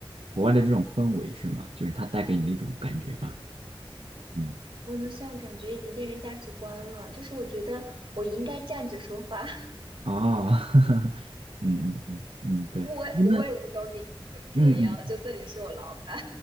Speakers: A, on the right (about 80°); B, on the right (about 55°).
A: 国外的这种氛围是吗？就是它带给你那种感觉吧？嗯。
B: 我能算感觉已经变成价值观了，就是我觉得我应该站着说话，
A: 啊，<laughs> 嗯嗯嗯嗯，
B: <laughs>
A: 对，
B: 不为不为五斗米折折腰，
A: 哎，那嗯嗯
B: 就算你是我老板。